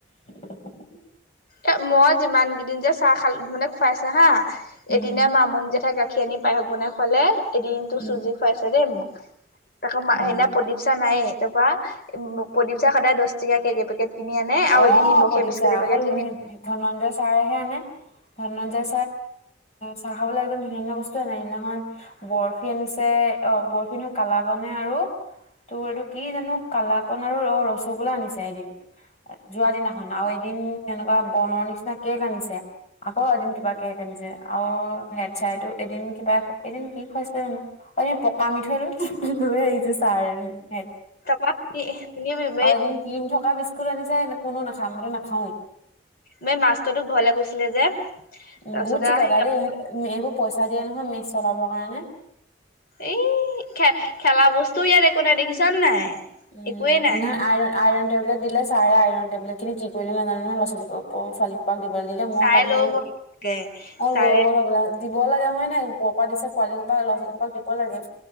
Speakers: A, on the left; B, on the left.
A: <unintelligible>
B: এ মই যিমান কিদিন যে চাহ খাল মানে খুৱাইছা হা <unintelligible>
A: উম।
B: এদিনা মামণী জেঠাই গাখীৰ আনি পায়স বনাই খুৱালে। এদিনতো
A: উম
B: চুজি খুৱাইছে দেই মোক। তাকৌ সেইদিনা
A: অ।
B: প্ৰদীপ চা নাইয়ে। তাপা প্ৰদীপ চাৰ সদায় দহ টকা কেক এপেকেট। <unintelligible> কিনি আনে
A: অ',
B: আৰু এদিন নিমখীয়া
A: প্ৰদীপ
B: বিস্কুট
A: ছাৰ
B: এপেকেত।
A: অকল ধনঞ্জয় চাৰেহে আনে। ধনন চাৰে চাহ খাবলৈ একদম ধুনীয়া ধুনীয়া বস্তু আনে। সিদিনাখন বৰফি আনিছে অ। পৰফিনিও কালা কণে আৰু <unintelligible> তোৰ এইটো কি জানো কালাকন আৰু অ ৰসগোল্লা আনিছে এদিন। যোৱা দিনাখন আও এদিন বনৰ নিচিনা কেক আনিছে। আকৌ এদিন কিবা কেক আনিছে আও হেড চাইটো এদিন। কিবা এদিন কি খুৱাইছিলে জানো? অই ই পকা মিঠৈটো লৈয়ে আহিছে চাৰ। <unintelligible>
B: থাপা কি বুলি <unintelligible>
A: আৰু এদিন ক্ৰীম থকা বিস্কুট আনিছে। কোনো নাখাম মানে নাখাওৱেই। <unintelligible>
B: ম মাছটোতো ঘৰলে গৈছিলে যে। <unintelligible>
A: উম
B: তাৰপিছতে
A: বহুত চিকটা দেই। এইবোৰ পইচা দিয়ে নহয় মেচ চলাবৰ কাৰণে। <unintelligible>
B: এই খে খেলা বস্তু ইয়াত একো নাই দেখিছ নে নাই?
A: উম
B: একোৱে নাই
A: ইনাৰআ আইৰণ। <unintelligible> টেবলেট দিলে। চাৰে আইৰণ টেবলেটখিনি কি কৰিলে নাজানো নহয় লৰা ছোৱালী কোন ছোৱালী হোপাক দিব। <unintelligible> দিলে মই
B: চাই
A: কালি
B: লৈ
A: নহয়
B: গ'ল গে
A: অ
B: ছাৰে
A: লৈ গ'ল হবলা। দিব লাগে। উপাই নাই ব পা দিছে পোৱালি হোপাক লৰাছোৱালী হোপাক দিব লাগে।